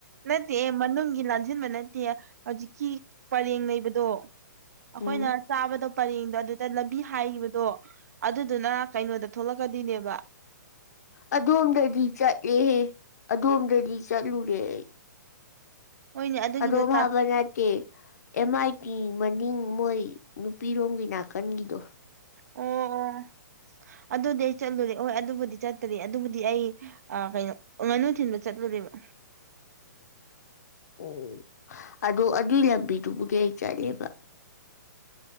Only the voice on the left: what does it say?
ꯎꯝ
ꯑꯗꯣꯝꯗꯗꯤ ꯆꯠꯂꯦꯍꯦ ꯑꯗꯣꯝꯗꯗꯤ ꯆꯠꯂꯨꯔꯦ ꯑꯩ
ꯑꯗꯣ ꯐꯥꯕ
ꯅꯠꯇꯦ ꯑꯦꯝ ꯃꯥꯏ ꯇꯤ ꯃꯟ ꯅꯤꯡ ꯃꯣꯏ ꯅꯨꯄꯤꯔꯣꯝꯒꯤ ꯅꯥꯀꯟꯒꯤꯗꯣ
ꯑꯣ ꯑꯗꯨ ꯑꯗꯨꯏ ꯂꯝꯕꯤꯗꯨꯕꯨꯗꯤ ꯑꯩ ꯆꯠꯂꯦꯕ